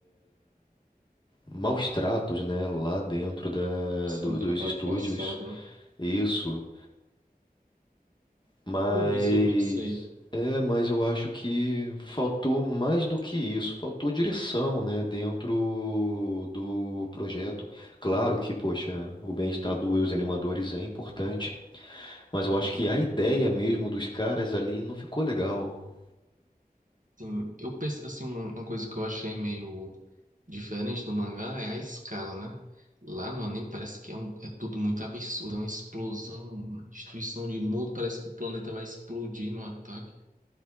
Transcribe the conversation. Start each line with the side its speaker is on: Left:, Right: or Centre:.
Left: maus tratos, né, lá dentro da,
Right: sem
Left: do-
Right: trabalho
Left: dos estúdios,
Right: forçado, né?
Left: isso. Mas
Right: Eu vi sobre isso aí.
Left: é, mas eu acho que faltou mais do que isso, faltou direção, né, dentro do projeto. Claro que, poxa, o bem-estar dos animadores é importante, mas eu acho que a ideia mesmo dos caras ali não ficou legal.
Right: Sim, eu penso, assim, uma uma coisa que eu achei meio diferente do mangá é a escala, né? Lá no anime parece que é, um, é tudo muito absurdo, é uma explosão, uma destruição de mundo, parece que o planeta vai explodir no ataque.